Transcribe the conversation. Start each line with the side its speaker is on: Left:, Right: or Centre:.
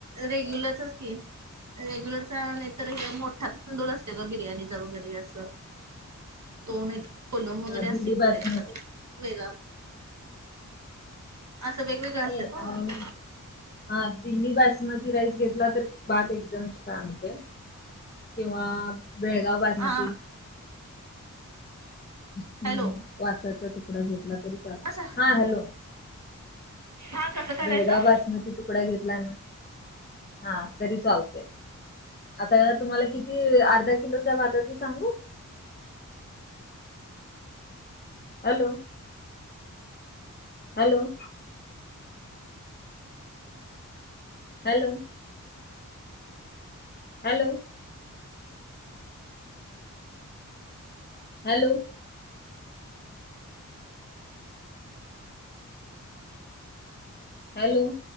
Right: रेग्युलरचच की. रेग्युलरचा नाही तर हे मोठा तांदूळ असते गं बिर्याणीचा वगैरे असं. तो नाहीतर कोलम वगैरे
Left: हा दिल्ली
Right: असेल की
Left: बासमती
Right: कायत्रतर वेगळा. असं वेगवेगळं
Left: <unintelligible>
Right: असतात
Left: हा दिल्ली बासमती राईस घेतला तर भात एकदम छान होतय. किंवा बेळगाव बासमती.
Right: हा
Left: हम्म
Right: हॅलो
Left: वासाचा तुकडा घेतला तरी चालल,
Right: असं
Left: हा हॅलो
Right: हा कसं. करायचं
Left: बेळगाव बासमती तुकडा घेतला ना, हा तरी चालतय. आता तुम्हाला किती,. अर्धा किलोच्या भााताच सांगू hello, hello. Hello hello hello. Hello. Hello